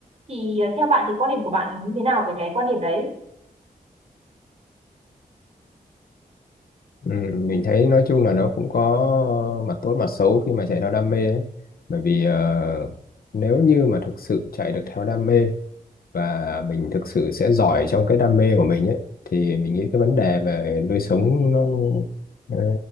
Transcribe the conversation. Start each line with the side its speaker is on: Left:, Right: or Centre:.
Right: Thì ờ, theo bạn thì quan điểm của bạn như thế nào về cái quan điểm đấy?
Left: Ừ, mình thấy nói chung là nó cũng có mặt tốt mặt xấu khi mà chạy theo đam mê ấy. Bởi vì ờ, nếu như mà thực sự chạy được theo đam mê và mình thực sự sẽ giỏi trong cái đam mê của mình ấy thì mình nghĩ cái vấn đề về nuôi sống nó ờ,